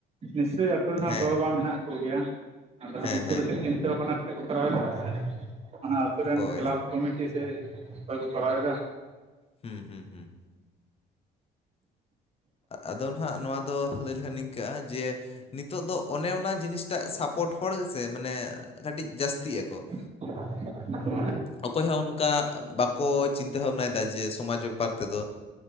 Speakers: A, on the right; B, on the left.
A: ᱱᱤᱥᱪᱳᱭ ᱟᱠᱚᱨᱮᱱ ᱦᱚᱸ
B: ᱦᱮᱸ
A: ᱜᱚᱼ ᱵᱟᱵᱟ ᱢᱮᱱᱟᱜ ᱠᱚᱜᱮᱭᱟ ᱟᱫᱚ
B: ᱦᱮᱸ
A: ᱩᱱᱠᱩ
B: ᱦᱮᱸ
A: ᱫᱚ ᱪᱮᱫ ᱪᱤᱱᱛᱟᱹ ᱵᱷᱟᱵᱽᱱᱟ ᱠᱟᱼᱼ ᱚᱠᱚᱭ ᱠᱚ ᱠᱚᱨᱟᱣ ᱮᱫᱟ ᱥᱮ ᱚᱱᱟ ᱟᱛᱳ ᱨᱮᱱ
B: ᱦᱳᱭ
A: ᱠᱮᱞᱟᱵᱽ ᱠᱚᱢᱤᱴᱤ ᱥᱮ ᱚᱠᱚᱭ ᱠᱚ ᱠᱚᱨᱟᱣ ᱮᱫᱟ᱾
B: ᱦᱩᱸ ᱦᱩᱸ ᱦᱩᱸ᱾ ᱟᱫᱚ ᱱᱟᱸᱜ ᱱᱚᱣᱟ ᱫᱚ ᱞᱟᱹᱭ ᱞᱮᱠᱷᱟᱱ ᱱᱤᱝᱠᱟᱹᱜᱼᱟ ᱡᱮᱼᱼ ᱱᱤᱛᱚᱜ ᱫᱚ ᱚᱱᱮ ᱚᱱᱟ ᱡᱤᱱᱤᱥᱴᱟᱜ ᱥᱟᱯᱳᱨᱴ ᱦᱚᱲ ᱜᱮᱥᱮ ᱢᱟᱱᱮ ᱠᱟᱹᱴᱤᱡ ᱡᱟᱹᱥᱛᱤᱜ ᱟᱠᱚ ᱾
A: <unintelligible>
B: ᱚᱠᱚᱭ ᱦᱚᱸ ᱚᱱᱠᱟ ᱵᱟᱠᱚ ᱪᱤᱱᱛᱟᱹ ᱵᱷᱟᱵᱽᱱᱟᱭᱮᱫᱟ ᱡᱮ᱾ ᱥᱚᱢᱟᱡᱽ ᱵᱮᱯᱟᱨ ᱛᱮᱫᱚ